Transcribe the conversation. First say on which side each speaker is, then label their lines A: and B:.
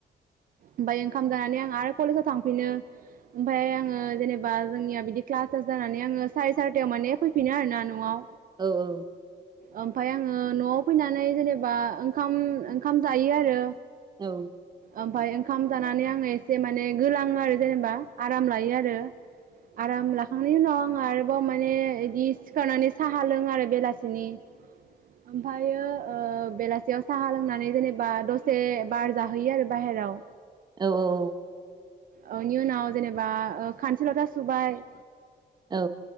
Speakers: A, on the right; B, on the right.
A: ओमफ्राय ओंखाम जानानै आं आर कलेजाव थांफिनो। ओमफ्राय आङो जेनो बा जोंनिया बिदि क्लास तास जानानै आङो सारि सारिथायाव माने फैफिनो आरोना न'आव।
B: औ औ।
A: ओमफ्रायाय आङो न'आव फैनानै जेनोबा ओंखाम ओंखाम जायो आरो।
B: औ।
A: ओमफ्राय ओंखाम जानानै आङो एसे माने गोलाङो आरो जेनोबा आराम लायो आरो आराम ला खांनायनि उनाव आं आरोबाव माने बिदि सिखारनानै साहा लों आरो बेलासिनि। ओमफ्रायो ओ बेलासे साहा लोंनानै जेनोबा दसे बार जाहैयो आरो बायहेराव।
B: औ औ औ।
A: औ इनि उनाव जेनोबा ओ खानसि लथा सुबाय
B: औ।